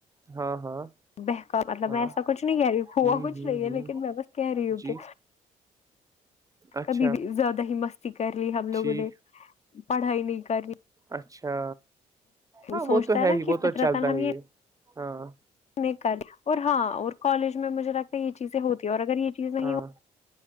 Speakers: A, on the right; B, on the left.
A: ہاں ہاں
B: بہ کاا مطلب
A: ہاں
B: میں ایساچھ نہیں کہ رہی ہوا
A: ہوں
B: کچھ
A: ہوں
B: نہیں ہے
A: ہوں
B: لیکن میں بس کہہ رہی ہوں
A: جی
B: کہ
A: اچھا
B: کبھی بھی زیادہ ہی مستی کر لی ہم لوگوں
A: ٹھیک
B: نے پڑھائی نہیں کر لی
A: اچھا ہاں
B: سوچتا
A: وہ تو
B: ہے نا
A: ہی
B: کہ
A: وہ تو
B: فطر
A: چلتا
B: تن ہم
A: ہی
B: یہ
A: ہے ہاں
B: نہیں کریں اور ہاں اور کالج میں مجھے لگتا ہے یہ چیزیں ہوتی ہے اور اگر یہ چیزیں
A: ہاں
B: یہ